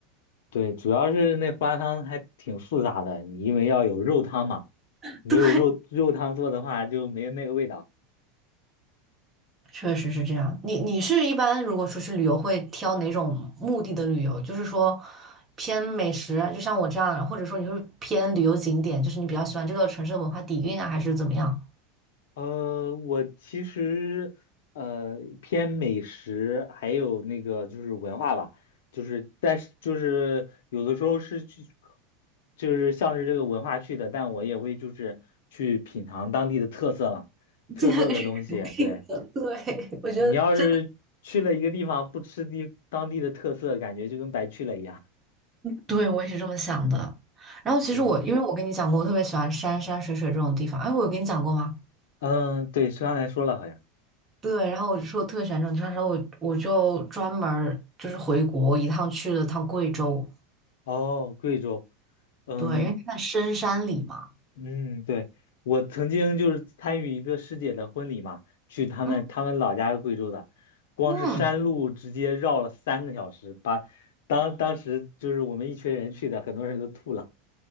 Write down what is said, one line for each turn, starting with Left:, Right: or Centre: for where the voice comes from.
Left: 对，主要是那花汤还挺复杂的，你因为要有肉汤嘛，
Right: <laughs>
Left: 没有肉肉汤做的话就没有那个味道。
Right: 对，确实是这样。你你是一般如果出去旅游会挑哪种目的的旅游？就是说偏美食，就像我这样，或者说你会偏旅游景点，就是你比较喜欢这个城市的文化底蕴啊，还是怎么样？
Left: 呃，我其实呃偏美食，还有那个就是文化吧，就是但是就是有的时候是去，就是向着这个文化去的，但我也会就是去品尝当地的特色嘛，
Right: <laughs>
Left: 特色的东西，
Right: 这个是肯定的。
Left: 对。
Right: 对，<laughs> 我觉得。
Left: 你要是去了一个地方不吃地当地的特色，
Right: 这。
Left: 感觉就跟白去了一样。
Right: 对，我也是这么想的。然后其实我，
Left: 对，
Right: 因为我跟你讲过，我特别喜欢山山水水这种地方。哎，我有跟你讲过吗？
Left: 嗯，对，是刚来说了，好像。
Right: 对，然后我就说我特别喜欢这种地方，然后我我就专门儿就是回国一趟去了趟贵州，
Left: 哦，贵州，嗯
Right: 对，因为它在深山里嘛。
Left: 嗯，对，我曾经就是参与一个师姐的婚礼嘛，去他们他们老家是贵州的，
Right: 嗯
Left: 光是山路直接绕了三个小时，
Right: 嗯，
Left: 把当当时就是我们一群人去的，很多人都吐了。